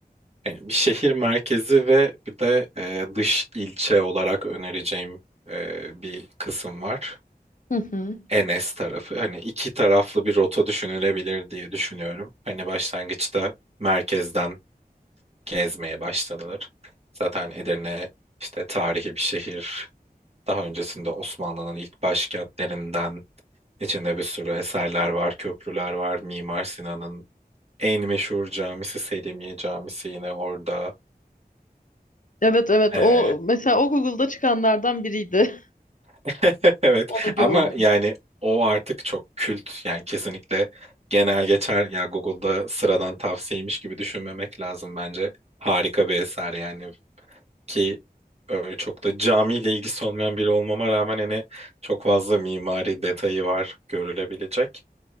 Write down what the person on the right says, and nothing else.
Yani bir şehir merkezi ve bir de e, dış ilçe olarak önereceğim e, bir kısım var.
Enes tarafı. Hani iki taraflı bir rota düşünülebilir diye düşünüyorum. Hani başlangıçta merkezden gezmeye başlanılır. Zaten Edirne işte tarihi bir şehir. Daha öncesinde Osmanlı'nın ilk başkentlerinden içinde bir sürü eserler var, köprüler var. Mimar Sinan'ın en meşhur camisi Selimiye Camisi yine orada.
Ee,
<laughs> Evet
ama yani o artık çok kült yani kesinlikle genel geçer ya Google'da sıradan tavsiyeymiş gibi düşünmemek lazım bence. Harika bir eser yani ki öyle çok da camiyle ilgisi olmayan biri olmama rağmen hani çok fazla mimari detayı var görülebilecek.